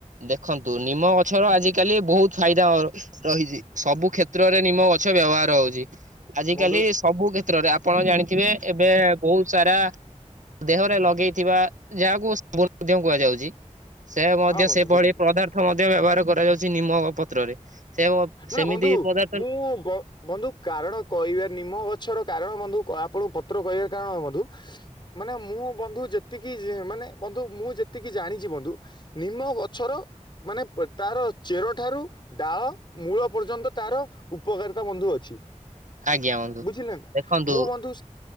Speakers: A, on the right; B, on the left.
A: ଦେଖନ୍ତୁ ନିମ ଗଛର ଆଜିକାଲି ବହୁତ ଫାଇଦା ଅ ରହିଛି ସବୁ କ୍ଷେତ୍ରରେ ନିମ ଗଛ ବ୍ୟବହାର ହଉଛି। ଆଜି
B: ବନ୍ଧୁ
A: କାଲି ସବୁ କ୍ଷେତ୍ରରେ ଆପଣ ଜାଣିଥିବେ ଏବେ ବହୁତ ସାରା ଦେହରେ ଲଗେଇଥିବା ଯାହାକୁ ସୁ ମଧ୍ୟ କୁହାଯାଉଛି। ସେ ମଧ୍ୟ
B: ହଁ ବନ୍ଧୁ
A: ସେ
B: ବୁଝିଲି
A: ପଦାର୍ଥ ମଧ୍ୟ ବ୍ୟବହାର କରାଯାଉଛି ନିମ ପତ୍ରରେ। ସେ
B: ନା
A: ସେମିତି
B: ନା ବନ୍ଧୁ
A: ପଦାର୍ଥ
B: ମୁଁ ବ ବନ୍ଧୁ କାରଣ କହିବ ନିମ୍ନ ବଛର କାରଣ ବନ୍ଧୁ ଆପଣଙ୍କୁ ପତ୍ର କହିବାର କାରଣ ବନ୍ଧୁ ମାନେ ମୁଁ ବନ୍ଧୁ ଯେତିକି ମାନେ ବନ୍ଧୁ ମୁଁ ଯେତିକି ଜାଣିଛି ବନ୍ଧୁ ନିମ ଗ ପଛର ମାନେ ତା ଚେରଠାରୁ ଡାଳ ମୂଳ ପର୍ଯ୍ୟନ୍ତ ତାର ଉପକାରିତା ବନ୍ଧୁ ଅଛି।
A: ଆଜ୍ଞା ବନ୍ଧୁ
B: ବୁଝିଲେ ନା
A: ଦେଖନ୍ତୁ
B: ମୁଁ ବନ୍ଧୁ